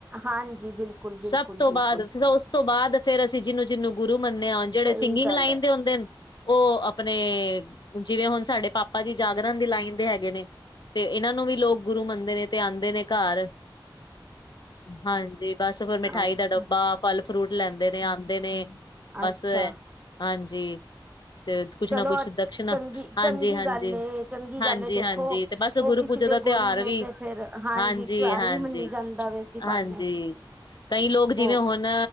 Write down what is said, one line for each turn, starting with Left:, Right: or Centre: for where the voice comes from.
Right: ਹਾਂਜੀ ਬਿਲਕੁਲ, ਬਿਲਕੁਲ
Left: ਸਭ ਤੋਂ
Right: ਬਿਲਕੁਲ
Left: ਬਾਅਦ ਫ ਉਸ ਤੋਂ ਬਾਅਦ ਫਿਰ ਅਸੀਂ ਜਿਨੂੰ ਜਿਨੂੰ ਗੁਰੂ ਮੰਨਦੇ
Right: ਸਹੀ
Left: ਆ ਜਿਹੜੇ ਸਿੰਗਿੰਗ
Right: ਗੱਲ
Left: ਲਾਈਨ
Right: ਹੈ
Left: ਦੇ ਹੁੰਦੇ ਨੇ। ਉਹ ਆਪਣੇ ਜਿਵੇਂ ਹੁਣ ਸਾਡੇ ਪਾਪਾ ਜੀ ਜਾਗਰਣ ਦੀ ਲਾਈਨ ਦੇ ਹੈਗੇ ਨੇ। ਤੇ ਇਹਨਾਂ ਨੂੰ ਵੀ ਲੋਕ ਗੁਰੂ ਮੰਨਦੇ ਨੇ ਤੇ ਆਂਦੇ ਨੇ ਘਰ ਹਾਂਜੀ ਬਸ ਫਿਰ ਮਿਠਾਈ
Right: ਅੱਛਾ,
Left: ਦਾ ਡੱਬਾ ਫਲ ਫਰੂਟ ਲੈਂਦੇ ਨੇ ਆਂਦੇ ਨੇ ਬਸ
Right: ਅੱਛਾ
Left: ਏ। ਹਾਂਜੀ, ਤੇ ਕੁਛ
Right: ਚਲੋ
Left: ਨਾ ਕੁਛ ਦਕਸ਼ਣਾ
Right: ਚੰਗੀ
Left: ਹਾਂਜੀ
Right: ਚੰਗੀ
Left: ਹਾਂਜੀ
Right: ਗੱਲ ਏ, ਚੰਗੀ
Left: ਹਾਂਜੀ
Right: ਗੱਲ ਏ ਦੇਖੋ
Left: ਹਾਂਜੀ। ਤੇ ਬਸ
Right: ਉਹ
Left: ਗੁਰੂ
Right: ਕਿਸੇ
Left: ਪੂਜਾ
Right: ਦੇ
Left: ਦਾ ਤਿਉਹਾਰ
Right: ਗੁਰੂ ਨੇ
Left: ਵੀ
Right: ਤੇ ਫੇਰ
Left: ਹਾਂਜੀ
Right: ਤਿਉਹਾਰ
Left: ਹਾਂਜੀ
Right: ਵੀ ਮਨੀ ਜਾਂਦਾ ਵੇ ਇਸੀ
Left: ਹਾਂਜੀ।
Right: ਬਹਾਨੇ।
Left: ਕਈ ਲੋਕ ਜਿਵੇਂ
Right: ਹੋ
Left: ਹੁਣ